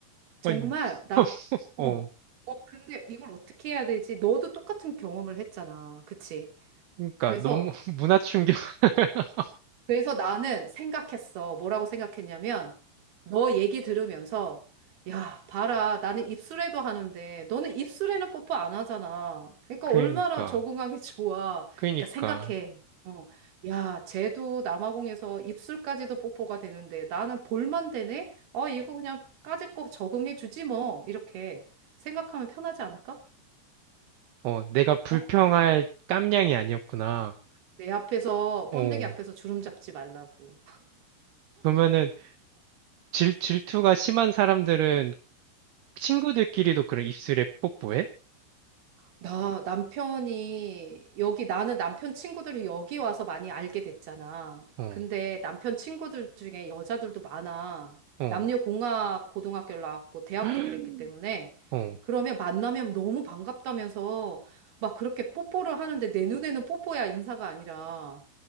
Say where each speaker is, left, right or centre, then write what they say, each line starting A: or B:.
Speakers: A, on the right (about 55°); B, on the right (about 75°).
A: 정말
B: 아니,
A: 나,
B: <laughs>
A: 어,
B: 어.
A: 근데 이걸 어떻게 해야 되지? 너도 똑같은 경험을 했잖아. 그치?
B: 그러니까
A: 그래서
B: 너무 <laughs> 문화 충격. <laughs>
A: 그래서 나는 생각했어. 뭐라고 생각했냐면, 너 얘기 들으면서, 야, 봐라. 나는 입술에도 하는데, 너는 입술에는 뽀뽀 안 하잖아. 그러니까
B: 그러니까.
A: 얼마나 적응하기 <laughs> 좋아.
B: 그러니까.
A: 그러니까 생각해. 어. 야, 쟤도 남아공에서 입술까지도 뽀뽀가 되는데, 나는 볼만 되네? 어, 이거 그냥 까짓 거 적응해 주지 뭐. 이렇게 생각하면 편하지 않을까?
B: 어, 내가 불평할
A: 어?
B: 깜냥이 아니었구나.
A: 내 앞에서,
B: 어.
A: 번데기 앞에서 주름 잡지 말라고.
B: 그러면은 질, 질투가 심한 사람들은 친구들끼리도 그런 입술에 뽀뽀해?
A: 나 남편이 여기 나는 남편 친구들이 여기 와서 많이 알게 됐잖아.
B: 어,
A: 근데 남편 친구들 중에 여자들도 많아.
B: 어,
A: 남녀공학 고등학교를 나왔고 대학도
B: <gasps>
A: 그랬기 때문에
B: 어.
A: 그러면 만나면 너무 반갑다면서 막 그렇게 뽀뽀를 하는데 내 눈에는 뽀뽀야 인사가 아니라